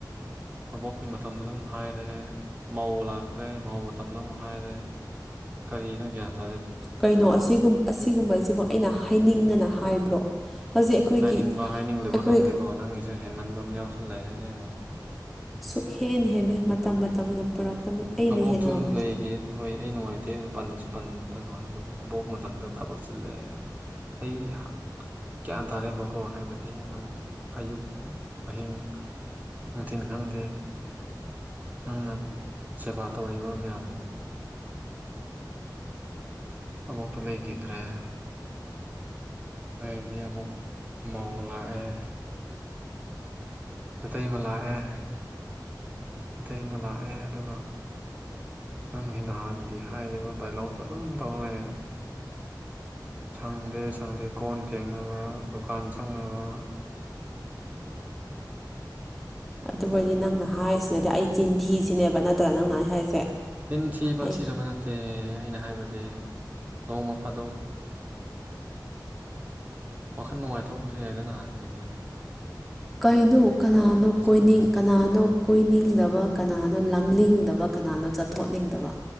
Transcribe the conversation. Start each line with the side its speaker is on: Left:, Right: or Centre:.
Right: ꯑꯕꯣꯛꯀꯤ ꯃꯇꯝꯗꯨꯗ ꯑꯗꯨꯝ ꯍꯥꯏꯔꯦ ꯃꯧ ꯂꯥꯛꯈ꯭ꯔꯦ ꯃꯧ ꯃꯇꯝꯗ ꯑꯃꯨꯛ ꯍꯥꯏꯔꯦ ꯀꯔꯤꯅꯣ ꯒ꯭ꯌꯥꯟ ꯇ
Centre: ꯀꯩꯅꯣ ꯑꯁꯤꯒꯨꯝ ꯑꯁꯤꯒꯨꯝꯕꯁꯤꯕꯣ ꯑꯩꯅ ꯍꯥꯏꯅꯤꯡꯒꯅ ꯍꯥꯏꯕ꯭ꯔꯣ ꯍꯧꯖꯤꯛ ꯑꯩꯈꯣꯏꯒꯤ
Right: ꯍꯥꯏꯅꯤꯡꯕ ꯍꯥꯏꯅꯤꯡꯗꯕ
Centre: ꯑꯩꯈꯣꯏ
Right: ꯈꯪꯗꯦꯀꯣ ꯅꯪꯒꯤꯁꯦ ꯍꯦꯟꯃꯟꯕꯃꯥ ꯌꯥꯎꯁꯜꯂꯛꯑꯦ ꯁꯦꯡꯕ
Centre: ꯁꯨꯛ ꯍꯦꯟ ꯍꯦꯟꯗꯦ ꯃꯇꯝ ꯃꯇꯝ ꯒꯤꯅ ꯄꯨꯔꯛꯄꯅꯦ ꯑꯩꯅ
Right: ꯑꯕꯣꯛꯇꯨ
Centre: ꯍꯦꯟꯅꯂꯝꯕ
Right: ꯂꯩꯈꯤ ꯍꯣꯏ ꯑꯩ ꯅꯨꯡꯉꯥꯏꯇꯦ ꯄꯟꯁꯨ ꯄꯟ ꯄ ꯅꯨꯡꯉꯥꯏ ꯑꯗꯨꯕꯨ ꯑꯕꯣꯛ ꯃꯇꯝꯗ ꯊꯕꯛ ꯆꯤꯜꯂꯦ ꯑꯩ ꯒ꯭ꯌꯥꯟ ꯇꯥꯔꯦꯕꯀꯣ ꯍꯥꯏꯕꯗꯤ ꯎꯝ ꯑꯌꯧꯛ ꯑꯍꯤꯡ ꯅꯨꯡꯊꯤꯟ ꯈꯪꯗꯦ ꯅꯪꯅ ꯁꯦꯕꯥ ꯇꯧꯔꯤꯕ ꯃꯌꯥꯝꯗꯣ ꯑꯗꯣ ꯑꯕꯣꯛꯇꯨ ꯂꯩꯈꯤꯗ꯭ꯔꯦ ꯑꯩꯗꯤ ꯑꯃꯨꯛ ꯃꯧ ꯂꯥꯛꯑꯦ ꯅꯥꯇꯩꯃ ꯂꯥꯛꯑꯦ ꯅꯥꯇꯩꯃ ꯂꯥꯛꯑꯦ ꯑꯗꯨꯒ ꯅꯪꯒꯤ ꯅꯍꯥꯟꯒꯤ ꯍꯥꯏꯔꯤꯕ ꯗꯥꯏꯂꯣꯛꯇꯣ ꯑꯗꯨꯝ ꯇꯧꯂꯩꯔꯦ ꯁꯪꯗꯦ ꯁꯪꯗꯦ ꯀꯣꯟ ꯐꯦꯡꯅꯕ ꯗꯨꯀꯥꯟ ꯁꯪꯅꯕ
Centre: ꯑꯗꯨꯕꯨ ꯑꯩꯗꯤ ꯅꯪꯅ ꯍꯥꯏꯔꯤꯁꯤꯅꯗꯤ ꯑꯩ ꯆꯤꯟꯊꯤ ꯁꯤꯅꯦꯕ ꯅꯠꯇ꯭ꯔꯥ ꯅꯪꯅ ꯑꯩ ꯍꯥꯏꯁꯦ
Right: ꯆꯤꯟꯊꯤꯕ
Centre: ꯑꯩ
Right: ꯊꯤꯗꯕ ꯅꯠꯇꯦ ꯑꯩꯅ ꯍꯥꯏꯕꯗꯤ ꯅꯣꯡꯃ ꯐꯥꯗꯣꯛ ꯋꯥꯈꯜ ꯅꯨꯡꯉꯥꯏꯊꯣꯛꯄꯁꯨ ꯌꯥꯏꯗꯅ ꯀꯩꯅꯣ
Centre: ꯀꯩꯅꯣ ꯀꯅꯥꯅꯣ
Right: ꯀꯣꯏꯊꯣꯛꯑ ꯆꯠꯃꯤꯟꯅꯔꯒ
Centre: ꯀꯣꯏꯅꯤꯡ ꯀꯅꯥꯅꯣ ꯀꯣꯏꯅꯤꯡꯗꯕ ꯀꯅꯥꯅꯣ ꯂꯥꯡꯅꯤꯡꯗꯕ ꯀꯅꯥꯅꯣ ꯆꯠꯊꯣꯛꯅꯤꯡꯗꯕ